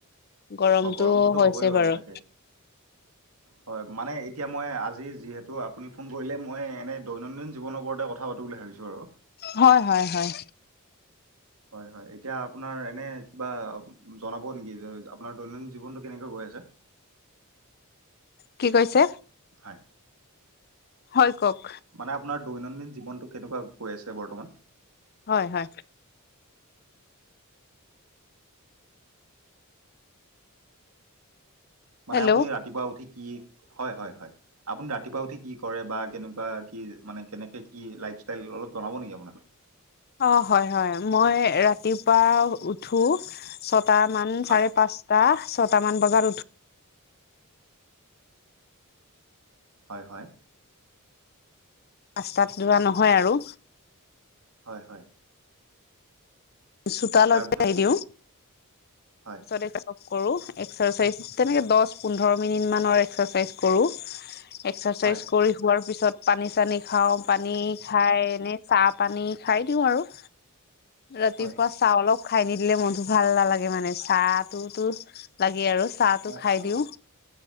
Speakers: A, on the left (about 45°); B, on the right (about 70°).
A: গৰমটো
B: অঁ গৰমটোতো
A: হৈছে
B: হ'বই
A: বাৰু
B: তাকে হয় মানে এতিয়া মই আজি যিহেতু আপুনি ফোন কৰিলে মই এনে দৈনন্দিন জীৱনৰ ওপৰতে কথা পাতো বুলি ভাবিছো। আৰু
A: হয় হয় হয়।
B: হয় হয় এতিয়া আপোনাৰ এনে কিবা জনাব নেকি যে আপোনাৰ দৈনন্দিন জীৱনটো কেনেকে গৈ আছে।
A: কি কৈছে।
B: হয়
A: হয় কওঁক।
B: মানে আপোনাৰ দৈনন্দিন জীৱনটো কেনেকুৱা গৈ আছে বৰ্তমান।
A: হয় হয়।
B: মানে
A: হেল্ল'
B: আপুনি ৰাতিপুৱা উঠি হয় হয় আপুনি ৰাতিপুৱা উঠি কি কৰে বা কেনেকুৱা কি মানে কেনে কি? জনাব নেকি আপোনাক।
A: অঁ হয় হয় মই ৰাতিপুৱা উঠো। সাতটামান
B: হয়
A: চাৰে পাঁচটা ছয়টামান বজাত উঠো।
B: হয় হয়।
A: ৰাস্তাত যোৱা নহয় আৰু।
B: হয় হয়।
A: চোতালতে
B: তাৰপিছত
A: দিওঁ।
B: হয়
A: চ চ <inaudible> কৰোঁ এক্সাৰচাইজ, তেনেকে দশ পোন্ধৰ মিনিটমানৰ এক্সাৰচাইজ কৰোঁ। এক্সাৰচাইজ
B: হয়
A: কৰি হোৱাৰ পিছত পানী -চানী খাও। পানী খাই এনে চাহ পানী খাই দিওঁ আৰু। ৰাতিপুৱা
B: হয়
A: চাহ অলপ খাই নিদিলে মনটো ভাল নালাগে মানে চাহটোতো লাগে আৰু চাহটো
B: অ
A: খাই
B: অ
A: দিওঁ,